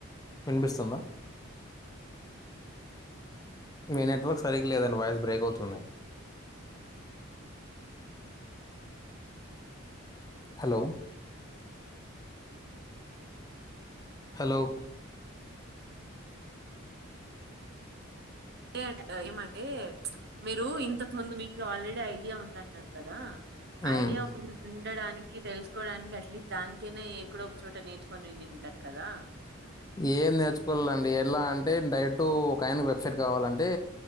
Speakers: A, on the left; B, on the right.
A: వినిపిస్తుందా మీ నెట్వర్క్ సరిగ్గా లేదండి వాయిస్ బ్రేక్ అవుతుంది హలో హలో
B: <inaudible> ఏమంటే మీరు ఇంతకు ముందు మీకు ఆల్రెడీ ఐడియా ఉందన్నారు కదా.
A: మ్మ్.
B: ఐడియా డడానికి తెలుసుకోడానికి అట్లీస్ట్ దానికైనా ఏ ఎక్కడో ఒక చోట నేర్చుకొని విని ఉంటారు కదా.
A: ఏం నేర్చుకోవాల్నండీ ఎలా అంటే డైరెక్టూ ఒక ఆయనకి వెబ్సైట్ కావాలంటే.